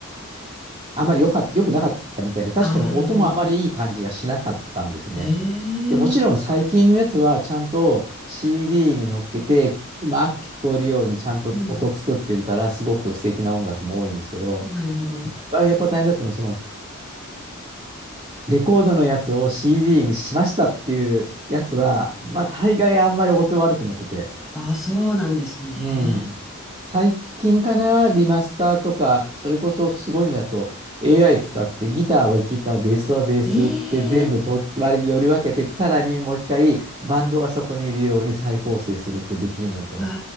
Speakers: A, on the right; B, in the centre.
A: あまり良か良くなかったみたいで、確かに音もあまりいい感じがしなかったんですね。
B: ああ、なるほど。ええ
A: で、もちろん最近のやつはちゃんと CD に乗っけて、うまく聞こえるようにちゃんと音作ってるから、
B: うん。
A: すごく素敵な音楽も多いんですけど、
B: なるほど。
A: 一番やっぱ大変だったのは、その、レコードのやつを CD にしましたっていうやつは、まあ大概あんまり音悪くなってて、
B: ああ、そうなんですね。
A: うん。最近かな、リマスターとか、それこそすごいのだと AI 使ってギターはギター、ベースはベースって全部と割りより分けて、
B: ええ
A: さらにもう一回バンドがそこにいるように再構成するってできるのとは。
B: うわ